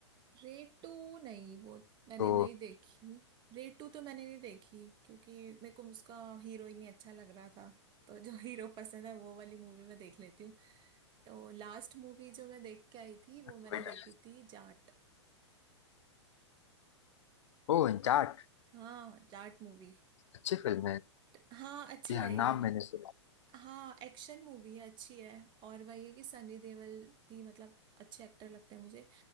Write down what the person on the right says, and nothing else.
रेटू नहीं वो मैंने
नहीं देखी रेटू तो मैंने नहीं देखी क्योंकि मेरे को उसका हीरो ही नहीं अच्छा लग रहा था तो जो हीरो पसंद है वो वाली मूवी मैं देख लेती हूँ तो लास्ट मूवी जो मैं देख के आई थी वो मैंने
देखी थी जाट
हाँ जाट मूवी
हाँ अच्छी
है
ये
हाँ एक्शन मूवी है अच्छी है और वही है कि सनी देओल भी मतलब अच्छे एक्टर लगते हैं मुझे